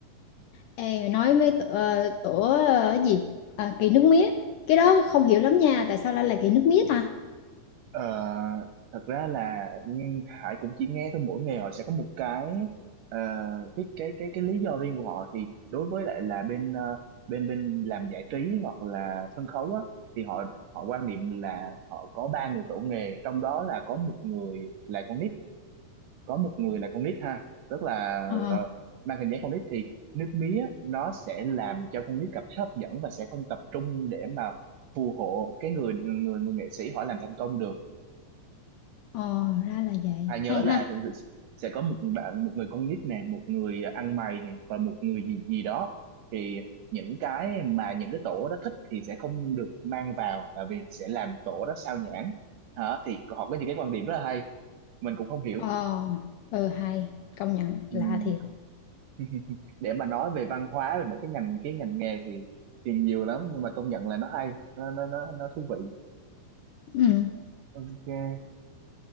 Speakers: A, on the left; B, on the right.
A: Ê, nói với uh, tổ ờ, gì Ờ, kỳ nước mía cái đó không hiểu lắm nha tại sao lại là kỳ nước mía ta
B: Ờ, thật ra là nhưng Hải cũng chỉ nghe thôi mỗi nghề họ sẽ có một cái ờ, cái cái cái cái lý do riêng của họ thì đối với lại là bên ờ, bên bên làm giải trí hoặc là sân khấu á thì họ họ quan niệm là họ có ba người tổ nghề trong đó là có một người là con nít có một người là con nít ha tức là
A: ờ
B: ờ, mang hình dáng con nít thì nước mía nó sẽ làm cho con nít cảm thấy hấp dẫn và sẽ không tập trung để mà phù hộ cái người người người nghệ sĩ họ làm thành công được
A: ờ ra là vậy
B: Hà nhớ
A: hay ha
B: là sẽ có một bạn một người con nít nè một người ăn mày nè và một người gì gì đó thì những cái mà những cái tổ đó thích thì sẽ không được mang vào là vì sẽ làm tổ đó sao nhãng hả thì họ có những cái quan điểm rất là hay mình cũng không hiểu
A: ờ ừ hay công nhận
B: Ừm.
A: lạ thiệt
B: <laughs> để mà nói về văn hóa về mấy cái ngành cái ngành nghề thì thì nhiều lắm nhưng mà công nhận là nó hay nó nó nó, nó thú vị
A: ừ,
B: ok